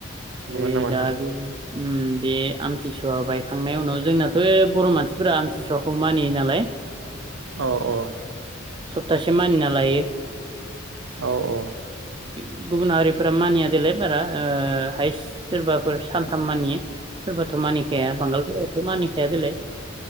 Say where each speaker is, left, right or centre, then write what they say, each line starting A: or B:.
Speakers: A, on the right (about 75°); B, on the right (about 25°).
A: नंगौ
B: ओइ
A: नामा नोंथां
B: दा बे उम बे आमथिसुवा बायखांनायनि उनाव जोंनाथ' बर' मानसिफोरा आमथि सुवाखौ मानिययो नालाय
A: औ औ
B: सप्तासे मानिना लायो
A: औ औ
B: गुबुन हारिफोरा मानिया देलाय बारा ओ हायस सोरबाफोर सानथाम मानियो। सोरबाथ' मानिखाया बांगालफोराथ' मानिखाया देलाय